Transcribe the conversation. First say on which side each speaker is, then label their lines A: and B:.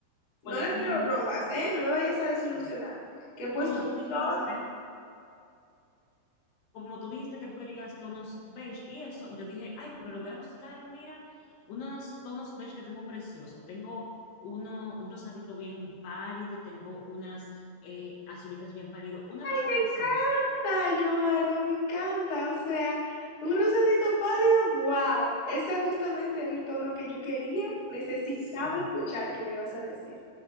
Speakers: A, on the left (about 35°); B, on the left (about 70°).
A: No
B: bueno,
A: las
B: como
A: quiero
B: tú,
A: rojas,
B: me-
A: ¿eh? No me vayas a desilusionar,
B: sí,
A: que he puesto
B: como tú dijiste.
A: todas.
B: como tú dijiste que tú querías tonos beige y eso, yo dije, ay, pero le voy a buscar, mira, unos tonos beige que tengo preciosos. Tengo uno, un rosadito bien pálido, tengo unas eh, azulitas bien pálido, una cosa
A: Me encanta,
B: preciosa.
A: Joana, me encanta. O sea, un rosadito pálido, wow. Ese justamente era el tono que yo quería, necesitaba
B: Sí,
A: escuchar que me ibas a decir.